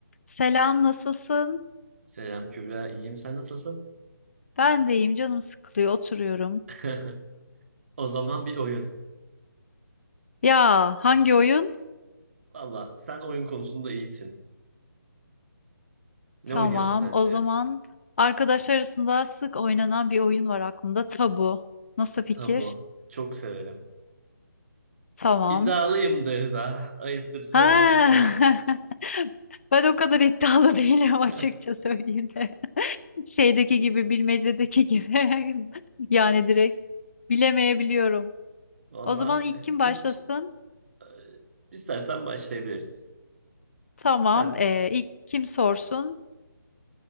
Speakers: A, on the left; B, on the right.
A: Selam, nasılsın?
B: Selam Kübra, iyiyim. Sen nasılsın?
A: Ben de iyiyim, canım sıkılıyor, oturuyorum.
B: <laughs> O zaman bir oyun.
A: Ya, hangi oyun?
B: Valla sen oyun konusunda iyisin. Ne
A: Tamam,
B: oynayalım sence?
A: o zaman arkadaşlar arasında sık oynanan bir oyun var aklımda, tabu. Nasıl fikir?
B: Tabu. Çok severim.
A: Tamam.
B: İddialıyımdır da. Ayıptır söylemesi.
A: Ha. <laughs> Ben o kadar iddialı <laughs> değilim açıkça
B: <laughs>
A: söyleyeyim de. Şeydeki gibi, bilmecedeki gibi. <laughs> Yani direkt bilemeyebiliyorum.
B: Valla
A: O zaman ilk kim başlasın?
B: hiç e, istersen başlayabiliriz.
A: Tamam,
B: Sen
A: ee, ilk kim sorsun?